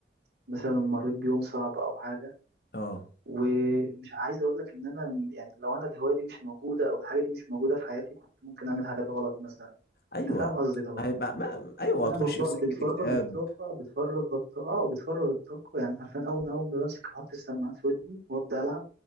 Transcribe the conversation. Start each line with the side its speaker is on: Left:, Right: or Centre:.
Right: مثلا مريت بيوم صعب او حاجه
Left: اه
Right: ومش عايز اقول لك ان انا يعني لو انا الهوايه دي مش موجوده او الحاجه دي مش موجوده في حياتي كنت ممكن اعمل حاجات غلط مثلا
Left: ايوه
Right: انت فاهم قصدي طبعا
Left: هيبقى ما... ايوه
Right: انا
Left: هتخش
Right: بف-
Left: في سكة
Right: بتفرغ
Left: اكتئاب
Right: الطاقه بتفرغ الطاقه وبتفرغ الطاقه يعني عارفين اول اول ما بمسك احط السماعات في ودني وابدا العب